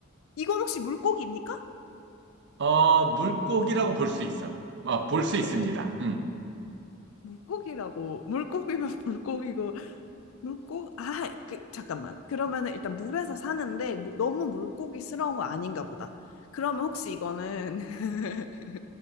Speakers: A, on the left; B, on the right.
A: 이건 혹시 물고기입니까?
B: 어, 물고기라고 볼 수 있어. 어, 볼 수 있습니다.
A: 어,
B: 음.
A: 물고기라고. 물고기면 <laughs> 물고기고, 물고, 아, 그, 잠깐만. 그러면은 일단 물에서 사는데 무- 너무 물고기스러운 거 아닌가 보다. 그러면 혹시 이거는, <laughs>